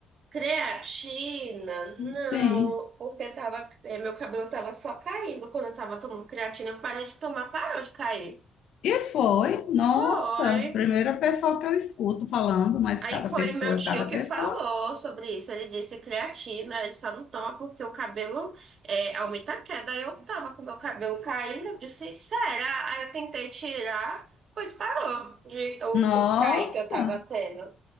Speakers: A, on the right; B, on the left.
A: Creatina? Não,
B: Sim.
A: porque tava, é, meu cabelo tava só caindo quando eu tava tomando creatina. Eu parei de tomar, parou de cair.
B: E foi, nossa,
A: Foi.
B: primeira pessoa que eu escuto falando, mas
A: Aí
B: cada
A: foi
B: pessoa
A: o meu tio
B: é cada
A: que
B: pessoa.
A: falou sobre isso. Ele disse creatina, ele só não toma porque o cabelo é, aumenta a queda. Aí Eu tava com meu cabelo caindo, eu disse, será? Aí eu tentei tirar, pois parou de o-
B: Nossa!
A: os cair que eu tava tendo.